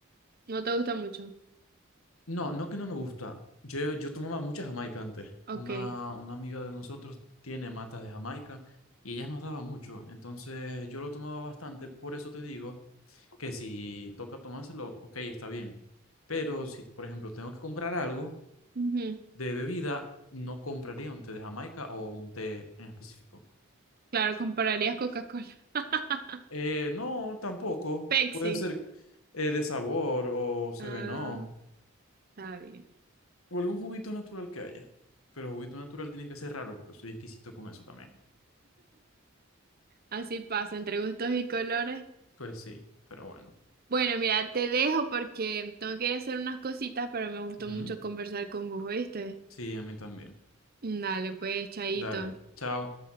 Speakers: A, on the right; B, on the left.
A: ¿No te gusta mucho?
B: No, no que no me gusta. Yo, yo tomaba mucha Jamaica antes.
A: Ok.
B: Una, una amiga de nosotros tiene matas de Jamaica y ella nos daba mucho. Entonces yo lo tomaba bastante. Por eso te digo que si toca tomárselo, ok, está bien. Pero si, por ejemplo, tengo que comprar algo
A: Ujú.
B: de bebida, no compraría un té de Jamaica o un té en específico.
A: Claro, compararías Coca-Cola. <laughs>
B: Eh, no, tampoco.
A: Pepsi.
B: Puede ser eh, de sabor o se
A: Ah,
B: ve, no.
A: está bien.
B: O algún juguito natural que haya. Pero juguito natural tiene que ser raro porque soy exquisito con eso también.
A: Así pasa, entre gustos y colores.
B: Pues sí, pero bueno.
A: Bueno, mira, te dejo porque tengo que ir a hacer unas cositas, pero me gustó
B: Ujú.
A: mucho conversar con vos, ¿oíste?
B: Sí, a mí también.
A: Dale, pues, chaito.
B: Dale, chao.